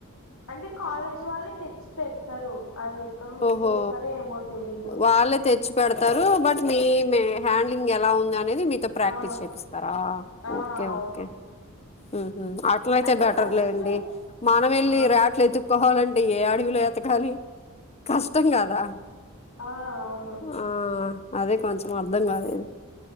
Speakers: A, on the left; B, on the left.
A: అంటే కాలేజ్ వాళ్ళే తెచ్చి పెడతారు అవి ఎక్కడ నుంచి
B: ఓహో
A: తెస్తారో ఏమో తెలీదు
B: వాళ్ళ తెచ్చి పెడతారు బట్ మీ మీ హ్యాండ్లింగ్ ఎలా ఉంది అనేది మీ తప్పు ప్రాక్టీస్
A: ఆ
B: చేపిస్తారా
A: ఆ
B: ఓకే
A: అవును
B: ఓకే ఉమ్ అట్లయితే
A: అట్లా
B: బెటర్లేండి
A: ఫస్ట్
B: మనం వెళ్ళి
A: ఆ
B: రాట్లు ఎతుక్కోవాలింటే ఏ అడవిలో ఎతకాలి కష్టం కదా
A: ఆ అవును
B: ఆ అదే కొంచెం అర్ధం కాలేదు